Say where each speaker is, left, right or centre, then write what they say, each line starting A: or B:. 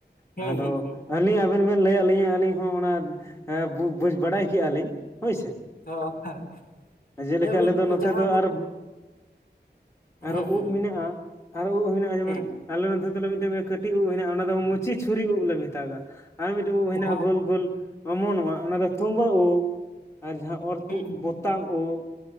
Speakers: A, on the left; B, on the left.
A: ᱦᱩᱸ
B: ᱟᱸᱫᱚ᱾
A: ᱦᱩᱸ ᱦᱩᱸ ᱦᱩᱸ
B: ᱟᱹᱞᱤᱧ ᱟᱵᱮᱱ ᱵᱮᱱ ᱞᱟᱹᱭ ᱟᱫ ᱞᱤᱧᱟᱹ ᱟᱹᱞᱤᱧ ᱦᱚᱸ ᱚᱱᱟ ᱵᱩᱡᱽ ᱵᱟᱰᱟᱭ ᱠᱮᱭᱟ ᱞᱤᱧ ᱦᱳᱭ ᱥᱮ
A: ᱚ ᱦᱮᱸ
B: ᱡᱮᱞᱮᱠᱟ
A: ᱧᱮᱞ ᱵᱤᱱ
B: ᱟᱞᱮ ᱫᱚ ᱱᱚᱛᱮ
A: ᱡᱟᱦᱟᱸ
B: ᱫᱚ
A: ᱵᱩᱨᱩ
B: ᱟᱨ ᱟᱨᱚ
A: ᱦᱩᱸ ᱦᱩᱸ
B: ᱩᱵ ᱢᱮᱱᱟᱜ-ᱟ ᱟᱨᱚ ᱩᱵ ᱢᱮᱱᱟᱜ-ᱟ ᱡᱮᱢᱚᱱ
A: ᱦᱩᱸ
B: ᱟᱞᱮ ᱱᱚᱛᱮ ᱫᱚᱞᱮ ᱢᱤᱫᱴᱮᱱ ᱴᱤᱭᱩᱵ ᱦᱮᱱᱟᱜ-ᱟ ᱚᱱᱟ ᱫᱚ ᱢᱩᱪᱤ ᱪᱷᱩᱨᱤ ᱩᱵ ᱞᱮ ᱢᱮᱛᱟᱜᱟᱜ ᱟᱨ ᱢᱤᱫᱴᱮᱡ ᱩᱵ ᱦᱮᱱᱟᱜ-ᱟ
A: ᱦᱚᱸ
B: ᱜᱳᱞ ᱜᱳᱞ ᱚᱢᱚᱱᱚᱜ-ᱟ ᱚᱱᱟ ᱫᱚ ᱛᱩᱢᱵᱟᱹ ᱳᱜ ᱟᱨ ᱡᱟᱦᱟᱸ ᱚᱨᱛᱩᱫ
A: ᱦᱩᱸ ᱦᱩᱸ
B: ᱵᱚᱛᱟ ᱳᱵ